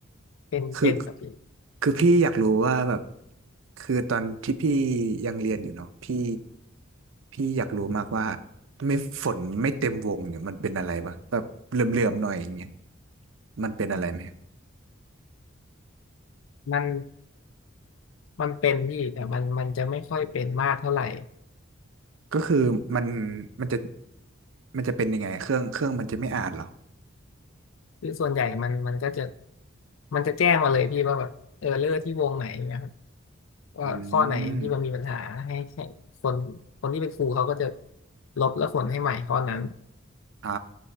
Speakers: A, on the left; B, on the right.
A: เป็นเป็นครับพี่
B: คือคือพี่อยากรู้ว่าแบบคือตอนที่พี่ยังเรียนอยู่เนาะพี่พี่อยากรู้มากว่าไม่ฝนไม่เต็มวงเนี่ยมันเป็นอะไรปะแบบเหลื่อมๆหน่อยอย่างเงี้ยมันเป็นอะไรไหม
A: มันมันเป็นพี่แต่มันมันจะไม่ค่อยเป็นมากเท่าไหร่
B: ก็คือมันมันจะมันจะเป็นยังไงเครื่องเครื่องมันจะไม่อ่านเหรอ
A: คือส่วนใหญ่มันมันก็จะมันจะแจ้งมาเลยพี่ว่าแบบเออเลอร์ที่วงไหนนะครับว่าข้อไหนที่มันมีปัญหาให้ให้คนคนที่เป็นครูเขาก็จะ
B: อืม
A: ลบแล้วขนให้ใหม่ข้อนั้น
B: อ่า